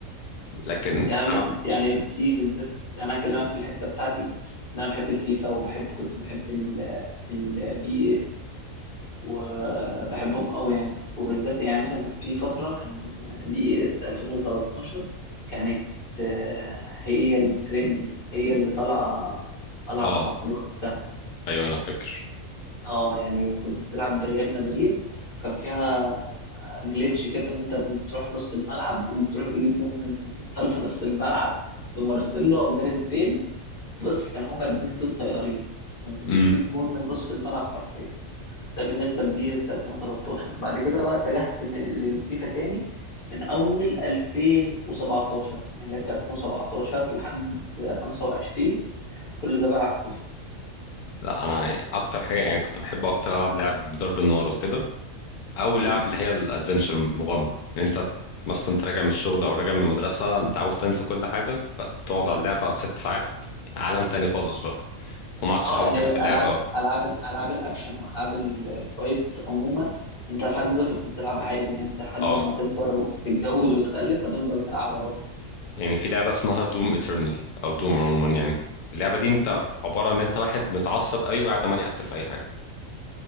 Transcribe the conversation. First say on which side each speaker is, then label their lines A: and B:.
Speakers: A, on the left; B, on the left.
A: لكن
B: يعني
A: اه
B: يعني في بالذات يعني انا اكلمك في الحته بتاعتي إن انا بحب الفيفا وبحب كنت بحب ال البي اس وبحبهم قوي يعني وبالذات يعني مثلا كان في فتره كان بي اس 2013 كانت آه، هي الترندي هي اللي طالعه طالعه
A: آه،
B: في الوقت ده
A: ايوه انا فاكر
B: اه يعني كنت بتلعب بريال مدريد وكان فيها جليتش كده ان انت بتروح نص الملعب وبتروح تجيب جون من طرف نص الملعب بمارسيلو او جاريث بيل بص كان هما الاثنين دول طيارين كنت بتجيب
A: امم
B: جون من نص الملعب حرفيا ده بالنسبه لبي اس 2013 بعد كده بقى اتجهت م- للفيفا تاني من اول 2017 يعني لعبت 2017 لحد 25 كل ده بلعب فيفا
A: لا انا اكتر حاجه يعني كنت بحب اكتر العب لعب ضرب النار وكده او
B: مم.
A: لعب اللي هي الادفنتشر مغامره يعني انت مثلا انت راجع من الشغل او راجع من المدرسه انت عاوز تنسى كل حاجه فتقعد على اللعبه ست ساعات عالم تاني خالص بقى ومعاك صحابك
B: اه يعني
A: اللي في
B: العاب
A: اللعبه
B: العاب العاب الاكشن والعاب الفايت عموما انت لحد دلوقتي ممكن تلعبها عادي يعني انت لحد
A: اه
B: ما تكبر وتتجوز وتخلف هتفضل تلعبها برضه
A: يعني في لعبه اسمها دوم ايترنال او دوم عموما يعني اللعبه دي انت
B: مم.
A: عباره عن ان انت واحد متعصب قوي وقاعد عمال يقتل في اي حاجه